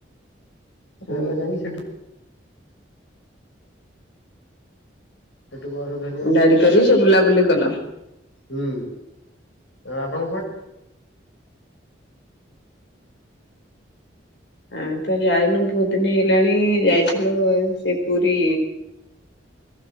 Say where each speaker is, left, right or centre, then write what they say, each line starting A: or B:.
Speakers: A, on the left (about 85°); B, on the left (about 65°).
A: ଟ୍ରେନରେ
B: ଓହୋ।
A: ଯାଇକି ସେଠୁ ସେଠୁ ବସ ଧରିବାକୁ ପଡିବ
B: ଗାଡି କରି ସେ ବୁଲାବୁଲି କଲ?
A: ହୁଁ ଆପଣ କୁଆ
B: ଆମ ତ ଯାଇନୁ ବହୁତ ଦିନ ହେଲାଣି ଯାଇଥିଲୁ ସେ ପୁରୀ